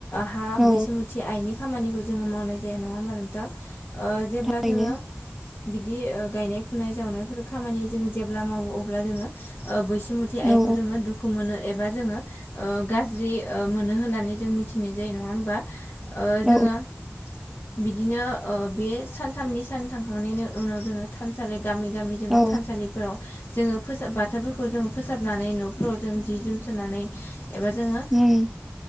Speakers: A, on the left (about 55°); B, in the centre.
A: हा
B: औ
A: बैसोमुथि आइनि खामानिखौ जोङो मावनाय जाया नङा होमबा नोंथां ओ जेब्ला
B: बेनो।
A: जोङो बिदि गायनाय फुनाय जावनायफोर खामानि जों जेब्ला मावो अब्ला जोङो बैस खसुमुथि आइखौ
B: औ
A: जोङो दुखु मोनो। एबा जोङो गाज्रि मोनो होननानै जों मिथिनाय जायो नङा होमबा। ओ जोङो
B: औ
A: बिदिन ओो बे सान थामनि सान थांखांनायनि उनाव जोङो थानसालि गामि गामि जोङो
B: औ
A: थानसालिफोराव जोङो फोसाब बाथोफोरखौ जों फोसाबनानै न'फ्राव जों जि जोम सोननानै एबा जोङो
B: उम